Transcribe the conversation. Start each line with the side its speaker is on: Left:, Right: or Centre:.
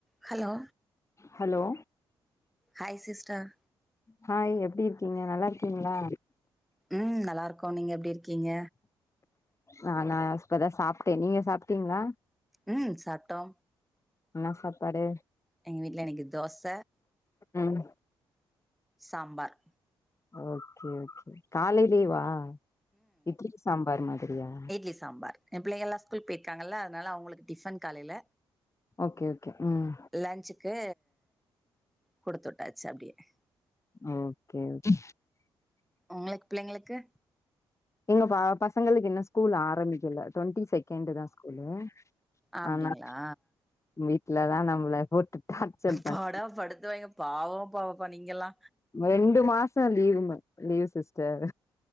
Centre: Hello
Left: hello
Centre: hi sister
Left: hi எப்டி இருக்கீங்க நல்லா இருக்கீங்களா
Centre: ம் நல்லா இருக்கோ நீங்க எப்டி இருக்கீங்க
Left: நான்னா இப்பதா சாப்ட்டே நீங்க சாப்ட்டீங்களா
Centre: ம் சாப்ட்டோ
Left: என்ன சாப்பாடு
Centre: எங்க வீட்ல இனைக்கு தோச
Left: ம்
Centre: சாம்பார்
Left: ஓகே ஓகே காலையிலவா இட்லி சாம்பார் மாதிரியா
Centre: இ சாம்பார் என் பிள்ளைங்கல்லா ஸ்கூல் போயிருக்காங்கல்ல அதனால அவங்களுக்கு ட டிபன் காலையில
Left: ஓகே ஓகே ம்
Centre: லன்சுக்கு குடுத்து விட்டாச்சு அப்டின்னு
Left: ஓகே ஓகே
Centre: உங்களுக்கு பிள்ளைங்களுக்கு
Left: எங்க பசங்களுக்கு இன்னு ஸ்கூல் ஆரம்பிக்கல டுவெண்ட்டி செகண்ட தா ஸ்கூலு
Centre: அப்டிங்களா
Left: ஆமா வீட்லதா நம்மள போட்டு டார்ச்சல்
Centre: பாடா
Left: பண்
Centre: படுத்து வாங்க பாவ பாவப்பா நீங்க எல்லா
Left: ரெண்டு மாச லீவுங்க லீவு சிஸ்டர்